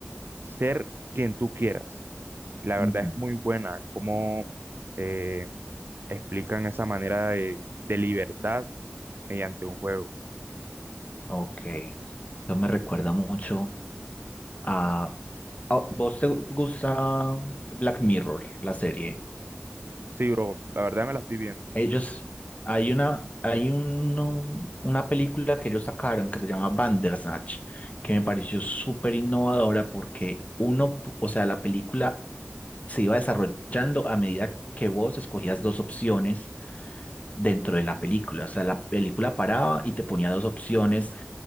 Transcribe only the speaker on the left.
Ujú.
Ok. Eso me recuerda mucho a, a- ¿Vos te gusta Black Mirror, la serie?
Ellos, hay una, hay uno- una película que ellos sacaron que se llama Bandersnatch, que me pareció súper innovadora porque uno, p- o sea, la película se iba desarrollando a medida que vos escogías dos opciones dentro de la película. O sea, la película paraba y te ponía dos opciones